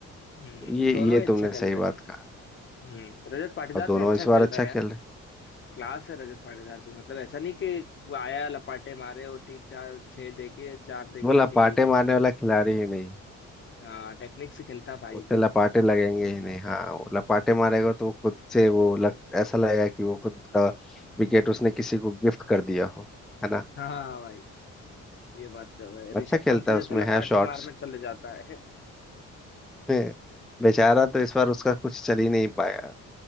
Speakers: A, on the left; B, in the centre.
A: हम्म,
B: ये
A: दोनों
B: ये
A: ही अच्छा
B: तुमने
A: खेल
B: सही
A: रहे हैं
B: बात कहा
A: हम्म, रजत पाटीदार
B: और दोनों
A: भी अच्छा
B: इस
A: खेल
B: बार अच्छा
A: रहा है
B: खेल
A: यार
B: रहे
A: क्लास है रजत पाटीदार भी मतलब ऐसा नहीं कि वो आया लपाटे मारे और तीन चार छह देके चार देके
B: बोला
A: निकल
B: पाटे
A: गया
B: मारने वाला खिलाड़ी ही नहीं
A: हाँ टेक्निक से खेलता भाई
B: उससे लपाटे लगेंगे ही नहीं हाँ वो लपाटे मारेगा तो वो खुद से वो लग ऐसा लगेगा कि वो खुद का विकेट उसने किसी को गिफ्ट कर दिया हो है ना
A: हाँ भाई ये बात तो है
B: अच्छा
A: ऋषभ
B: खेलता
A: पंत जैसे
B: है उसमें
A: लपाटे
B: है शॉट्स
A: मारने चले जाता है
B: <laughs> बेचारा तो इस बार उसका कुछ चल ही नहीं पाया